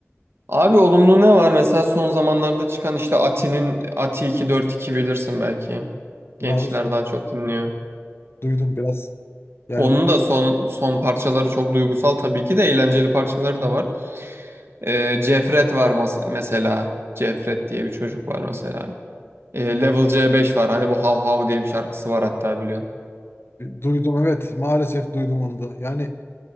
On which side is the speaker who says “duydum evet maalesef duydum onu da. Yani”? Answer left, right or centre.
Left